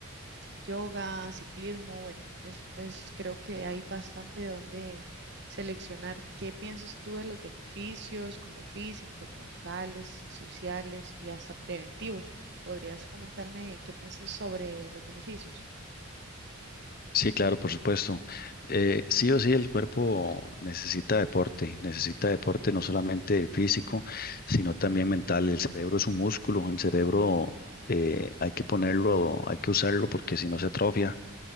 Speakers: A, on the right; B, on the left.
A: yoga, ciclismo, bueno, es, es, creo que hay bastante donde seleccionar. ¿Qué piensas tú de los beneficios como físicos, mentales, sociales y hasta preventivos? ¿Podrías comentarme qué piensas sobre los beneficios?
B: Sí, claro, por supuesto. Eh, sí o sí, el cuerpo necesita deporte, necesita deporte no solamente físico, sino también mental. El cerebro es un músculo, el cerebro eh, hay que ponerlo, hay que usarlo porque si no se atrofia.